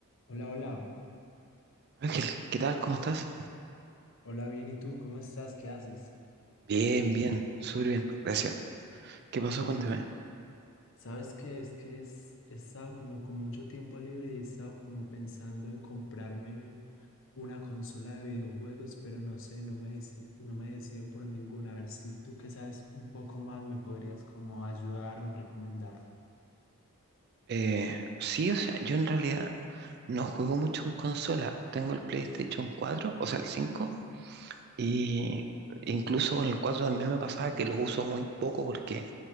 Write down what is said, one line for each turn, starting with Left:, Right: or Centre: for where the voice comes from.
Left: Hola, hola,
Right: Ángel, ¿qué tal? ¿Cómo estás?
Left: hola, bien, ¿y tú cómo estás? ¿Qué haces?
Right: Bien, bien, súper bien, gracias. ¿Qué pasó?
Left: Bien,
Right: Cuéntame.
Left: ¿sabes qué? Es que es- he estado como con mucho tiempo libre y he estado como pensando en comprarme una consola de videojuegos, pero no sé, no me, deci- no me decido por ninguna. A ver si tú que sabes un poco más me podrías como ayudar o recomendar.
Right: Eh, sí, o sea, yo en realidad no juego mucho en consola. Tengo el PlayStation 4, o sea, el 5, y incluso con el 4 también me pasaba que lo uso muy poco porque